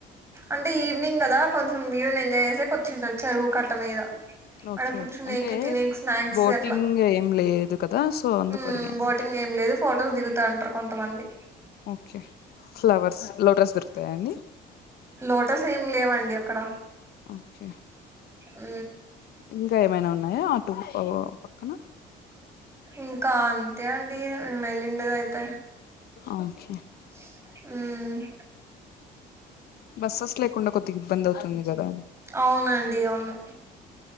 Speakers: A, on the right (about 15°); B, on the left (about 65°).
A: అంటే ఈవినింగ్ గదా కొంచెం వ్యూనేంజాయ్ చేసే కొచ్చింటారు చెరువు కట్ట మీద
B: ఓకే
A: ఆడ కూర్చునేకి
B: ఓకే అంటే
A: తినేకి స్నాక్స్
B: బోటింగ్
A: అట్లా
B: ఏం లేదు కదా సో అందుకు
A: మ్మ్
B: అడిగాను
A: బోటింగ్ ఏం లేదు ఫొటోస్ దిగుతంటరు కొంతమంది.
B: ఓకే ఫ్లవర్స్ లోటస్ దొరుతాయా అండి
A: లోటస్ ఏం లేవండి అక్కడ
B: ఓకే
A: ఉ
B: ఇంకా ఏమైనా ఉన్నాయా అటు పక్కన
A: ఇంకా అంతే అండి మమ్మెల్లిండేదయితే
B: ఓకే
A: హమ్
B: బస్సస్ లేకుండా కొద్దిగా ఇబ్బంది అవుతుంది కదా
A: అవునండి అవును